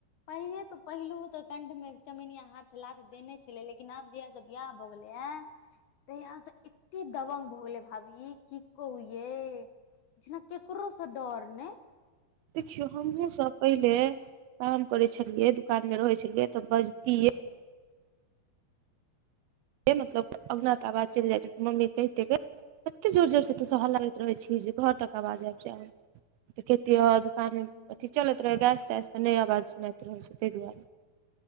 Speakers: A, on the left; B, on the right.
A: पहिले तऽ पहिलु तऽ कंठ में चमनिया हाथ लाथ देने छले लेकिन आब जहिया सब बियाह भऽ गेलै है तहिया से एते दबंग भऽ गेलै भाभी की कह ये जेना ककरोसँ डर ने
B: देखियो हमहुँ सब पहिले काम करे छलियए दुकान में रहे छलिये तऽ बजतीे मतलब अहुना तऽ अवाज चलि जाइ छै तऽ मम्मी कहितै कऽ कतेक जोर जोर से तू सब हल्ला करैत रहै छी जे घर तक आवाज आबि जायउ तऽ खेती हद कारण
A: कहबै
B: <unintelligible> अथि चलैत रहै गैस तैस नहि आवाज सुनाईत रहै छै तहि दुआरे